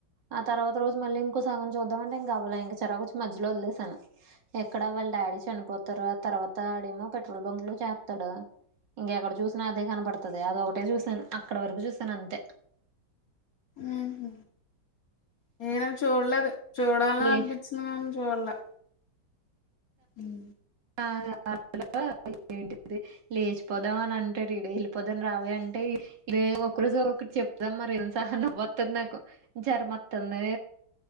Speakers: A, on the right; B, on the left.
A: ఆ తర్వాత రోజు మళ్ళీ ఇంకొ. సగం చూద్దామంటే. ఇంకా అవ్వలే ఇంక చిరాకు వచ్చి మధ్యలో వదిలేసాను. ఎక్కడ వాళ్ళ డాడీ చనిపోతారు ఆ తర్వాత. తాడేమో పెట్రోల్ బంకులో చేస్తాడు. ఇంకెక్కడ చూస్త. అదే కనపడుతుది. అది ఒకటే చూసాను. అక్కడ వరకు చూసాను అంతే.
B: ఉహూ, నేన చూడలేదు. చూడాల
A: లే
B: అనిపించింది గాని. చులే. ఉహు.
A: <inaudible> ఏంటిది లేచిపోదాం అని అంటాడు. ఈడు వెళ్ళిపోదాని రావవి అంటే ఇ ఒక రోజు ఒక చెప్. చెద్దం మరి ఏం సహన పోతుంది. నాకు జ్వరము తందే.